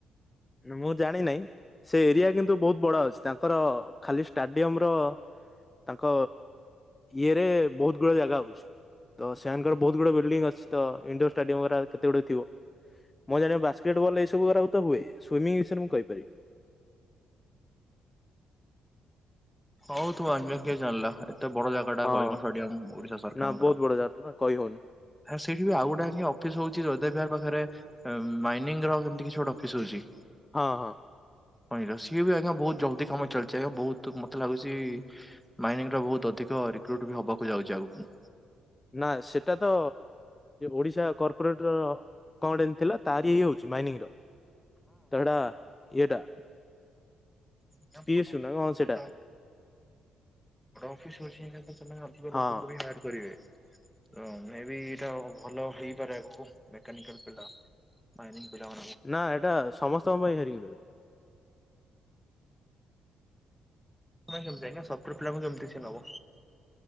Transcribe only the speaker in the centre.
ହଉ ତୁ ଅନ୍ୟ କିଏ ଜାଣିଲା ପରେ ଏତେ ବଡ ଜାଗା ଟା
କଳିଙ୍ଗ ଡିୟମ ଓଡିଶା ସରକାରଙ୍କର
ସେଇଠି ବି ଆଉ ଗୋଟେ ଅଫିସ ହଉଛି ଜୟଦେବ ବିହାର ପାଖରେ ଆଃ ମାଇନିଙ୍ଗ ର ଏ ମିତି କିଛି ଗୋଟେ ଅଫିସ ରହୁଛି।
ହଇର ସିଏ ବି ଆଜ୍ଞା ବହୁତ ଜଲଦ କାମଲିଛି ଆଜ୍ଞା ବହୁତ ମତେ ଲାଗୁଛି ମାଇନିଂ ଟା ବହୁତ ଅଧିକ ରିକ୍ରୁଟ ବି ହବାକୁ ଯାଉଛି ଆଗକୁ।
ହଉଛି
ଗୋଟେ ଅଫିସ ସେମାନେ ଅଧିକ
ଲୋକଙ୍କୁ ବି ହାୟାର କରିବେ। ତ ମେ ବି ଏଇଟା ଭଲ ହେଇପାରେ ଆଗକୁ ମେକାନିକାଲ ପିଲା। <unintelligible>
କେମତି ଆଜ୍ଞା ସପ୍ଟଓୟାର ପିଲାଙ୍କୁ କେମିତି ସିଏ ନବ